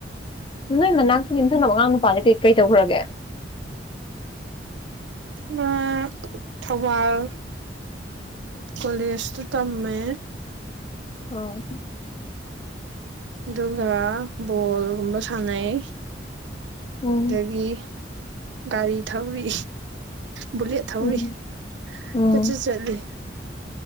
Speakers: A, on the left; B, on the right.
A: ꯅꯣꯏ ꯃꯅꯥꯛꯀꯤ ꯌꯨꯝꯊꯪꯅꯕ ꯑꯉꯥꯡ ꯅꯨꯄꯥ ꯀꯩ ꯀꯔꯤ ꯇꯧꯈ꯭ꯔꯒꯦ
B: ꯃ ꯊꯧꯕꯥꯜ ꯀꯣꯂꯁꯇ ꯇꯃꯦ
A: ꯍ <inaudible>
B: ꯑꯗꯨꯒ ꯕꯣꯜꯒꯨꯝꯕ ꯁꯥꯟꯅꯩ
A: ꯎꯝ
B: ꯑꯗꯒꯤ ꯒꯥꯔꯤ ꯊꯧꯔꯤ ꯕꯨꯂꯦꯠ ꯊꯧꯔꯤ
A: ꯎꯝ ꯎꯝ
B: ꯀꯣꯏꯆꯠ ꯆꯠꯂꯤ